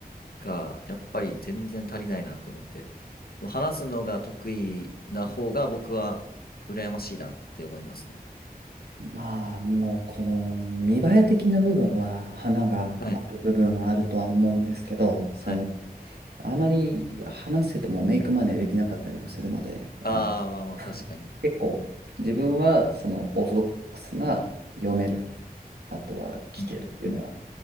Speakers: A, on the left (about 70°); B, on the right (about 85°).
A: がやっぱり全然足りないなと思って、その話すのが得意な方が僕は羨ましいなって思いますね。
B: まあ、もうこの見栄え的な部分は花がある部分はあるとは思うんですけど、
A: はい
B: その、
A: はい。
B: あまり話せてもメイクマネーできなかったりはするので、
A: ああ、
B: あ、
A: まあまあ確かに。
B: うん結構自分はそのオーソドックスな読める、あとは聞けるっていうのは
A: うんうんうん。